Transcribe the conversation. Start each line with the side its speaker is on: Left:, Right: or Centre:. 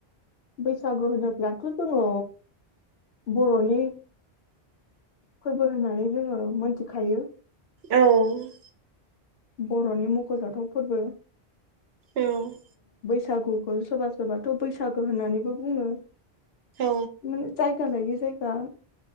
Left: बैसागु होनोब्लाथ' जोङो बर'नि फोरबो होननानै जोङो मोनथिखायो।
Right: औ।
Left: बर'नि मख'जाथाव फोरबो।
Right: औ।
Left: सागुखौ सोरबा सोरबाथ' बैसागो होननानैबो बुङो।
Right: औ
Left: उम जायगा लायै जायगा